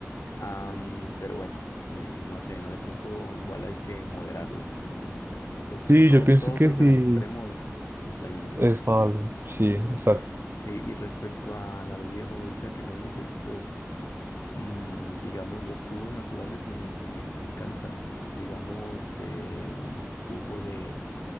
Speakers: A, on the left (about 60°); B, on the right (about 45°).
A: Am, pero bueno, eh, no sé, no de pronto igual hay que moderarlo. No, no creo que
B: Sí,
A: todo,
B: yo pienso
A: todo
B: que
A: creo
B: sí.
A: que en el extremo es, es, es dañino, ¿no?
B: Es malo, sí,
A: Ujú.
B: exacto.
A: Sí, y respecto a la bebida favorita que me dices, pues mm, digamos los jugos naturales me, me, me encantan. Digamos eh, un jugo de